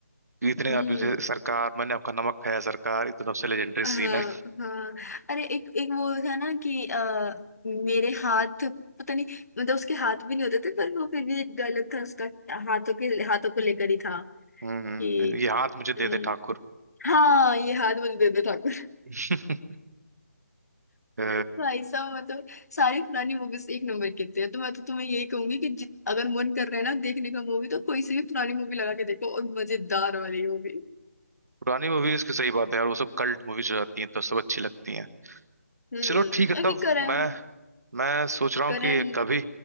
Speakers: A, on the right; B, on the left.
A: इतने
B: हम्म
A: आदमी थे सरकार मैंने आपका नमक खाया सरकार ये तो सबसे लेजेंडरी
B: हाँ
A: सीन है
B: हाँ अरे एक एक वो था ना कि आ, मेरे हाथ पता नहीं मतलब उसके हाथ भी नहीं होते थे पर वो फिर भी एक डायलॉग था उसका हाथों के हाथों को लेकर ही था
A: हम्म
B: कि
A: ये हाथ मुझे
B: अम,
A: दे दे ठाकुर
B: हाँ ये हाथ मुझे दे दो ठाकुर
A: <laughs> अ,
B: भाई साहब मैं तो सारी पुरानी मूवीज एक नंबर की होती है तो मैं तो तुम्हें यही कहूंगी कि जित- अगर मन कर रहे हैं ना देखने का मूवी तो कोई सी भी पुरानी मूवी लगा के देखो और मजेदार वाली होगी
A: पुरानी मूवीज की सही बात है यार वो सब कल्ट मूवीज हो जाती हैं तो सब अच्छी लगती हैं
B: हम्म
A: चलो ठीक है
B: अभी
A: तब
B: करण
A: मैं मैं सोच रहा हूँ
B: करण
A: कि कभी